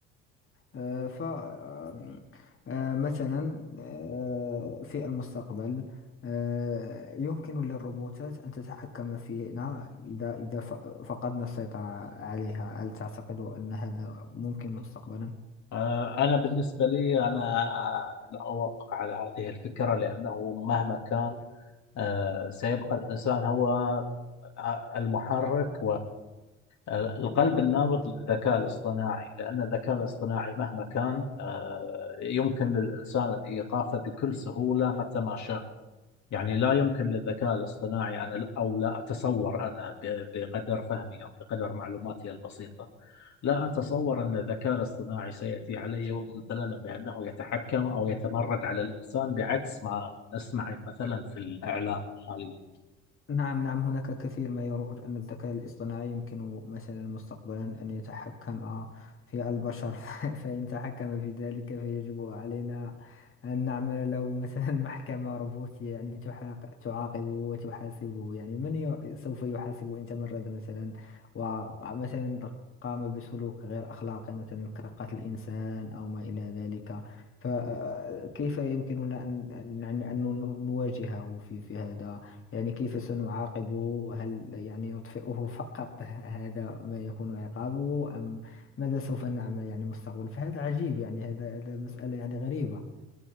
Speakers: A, on the left; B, on the left.
A: آه، ف آم، آه، مثلا آه، في المستقبل آه، يمكن للروبوتات أن تتحكم فينا إذا إذا ف- فقدنا السيطرة عليها هل تعتقد أن هذا ممكن مستقبلا؟
B: آه، انا بالنسبه لي انا آه، لا اوافق على هذه الفكره لانه مهما كان آه، سيبقى الانسان هو آه، المحرك والقلب النابض للذكاء الاصطناعي لان الذكاء الاصطناعي مهما كان آه، يمكن للانسان ايقافه بكل سهوله متى ما شاء يعني لا يمكن للذكاء الاصطناعي أنا لا- أو لا أتصور أنا ب- بقدر فهمي أو بقدر معلوماتي البسيطة لا أتصور أن الذكاء الاصطناعي سيأتي على يوم مثلا بأنه يتحكم أو يتمرد على الإنسان بعكس ما نسمع مثلا في الإعلام حاليا
A: نعم نعم هناك كثير ما يروج أن الذكاء الاصطناعي يمكن مثلا مستقبلا أن يتحكم في البشر <laughs> فإن تحكم في ذلك فيجب علينا أن نعمل له مثلا <laughs> محكمة روبوتية يعني تحاق- تعاقبه وتحاسبه يعني من ي- سوف يحاسبه إن تمرد مثلا ومثلا قام بسلوك غير أخلاقي مثلا كقتل إنسان أو ما إلى ذلك فكيف يمكننا أن أن- يعني أن نواجهه في في هذا يعني كيف سنعاقبه هل يعني نطفئه فقط <laughs> هذا ما يكون عقابه أم ماذا سوف نعمل يعني مستقبلا فهذا عجيب يعني هذا هذا مسألة يعني غريبة